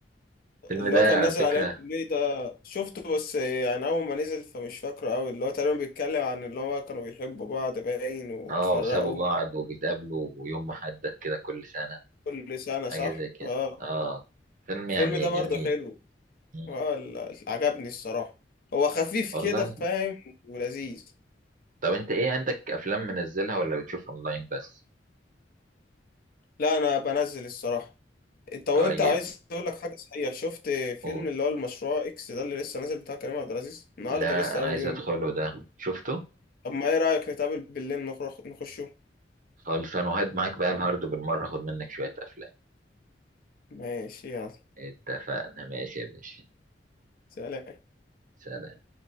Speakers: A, on the right (about 45°); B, on the left (about 55°).
A: الفيلم
B: اللي
A: ده
B: هو كان
A: على
B: نازل
A: فكرة
B: عليه كوميدي ده شفته بس يعني أول ما نزل فمش فاكره أوي اللي هو تقريبا بيتكلم عن اللي هو كانوا بيحبوا بعض باين واتفرقوا
A: اه وسابوا بعض وبيتقابلوا يوم محدد كده كل سنة
B: كل سنة صح؟
A: حاجة زي كده
B: اه
A: اه فيلم
B: الفيلم
A: يعني
B: ده برضه
A: جميل
B: حلو
A: مم.
B: اه ال- عجبني الصراحة هو خفيف
A: والله
B: كده فاهم ولذيذ
A: طب انت ايه عندك افلام منزلها ولا بتشوف اونلاين بس
B: لا أنا بنزل الصراحة انت وانت
A: طيب
B: عايز اقول لك حاجة صحيح شفت فيلم
A: قول
B: اللي هو المشروع اكس ده اللي لسه نازل بتاع كريم عبد العزيز النهارده
A: لا
B: لسه
A: انا
B: اول
A: عايز
B: يوم
A: ادخله ده شفته
B: طب ما ايه رأيك نتقابل بالليل نخرج نخشه
A: خلص انا وهد معاك بقى الهارد بالمرة خد منك شوية افلام
B: ماشي يلا
A: اتفقنا ماشي يا باشا
B: سلام
A: سلام